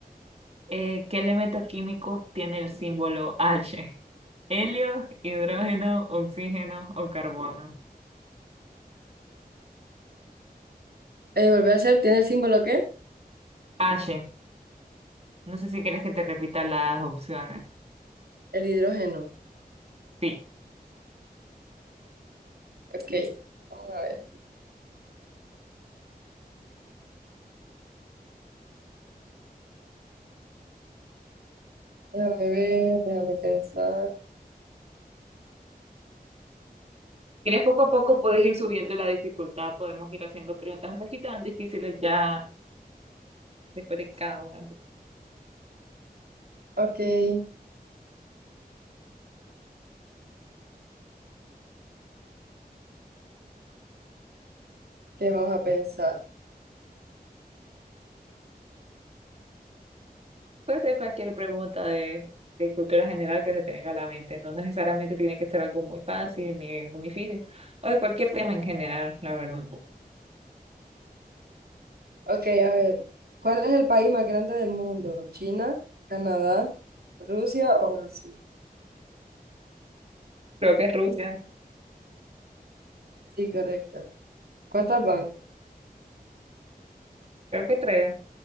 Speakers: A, on the right; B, on the right.
A: eh, ¿qué elemento químico tiene el símbolo H? ¿Helio, hidrógeno, oxígeno o carbono?
B: Eh, volví a hacer, ¿tiene el símbolo qué?
A: H. No sé si quieres que te repita las opciones.
B: El hidrógeno.
A: Sí.
B: Ok, vamos a ver. Déjame ver, déjame pensar.
A: ¿Quieres poco a poco puedes ir subiendo la dificultad? Podemos ir haciendo preguntas un poquito más difíciles ya después de cada una.
B: Ok, ¿qué vamos a pensar?
A: Puede ser cualquier pregunta de, de cultura general que se te venga a la mente. No necesariamente tiene que ser algo muy fácil ni muy difícil, o de cualquier tema en general, la verdad.
B: Ok, a ver. ¿Cuál es el país más grande del mundo? ¿China, Canadá, Rusia o Brasil?
A: Creo que es Rusia,
B: Sí, correcta. ¿Cuántas van? Ok,
A: creo que tres,